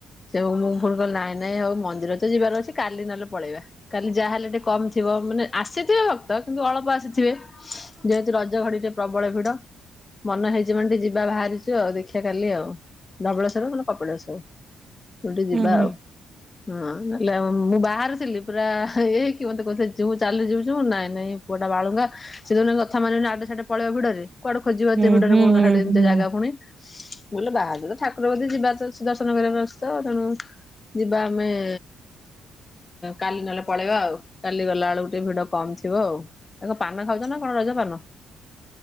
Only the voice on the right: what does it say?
ହୁଁ
ହୁଁ।
ହୁଁ
ହୁଁ
ହୁଁ
ହୁଁ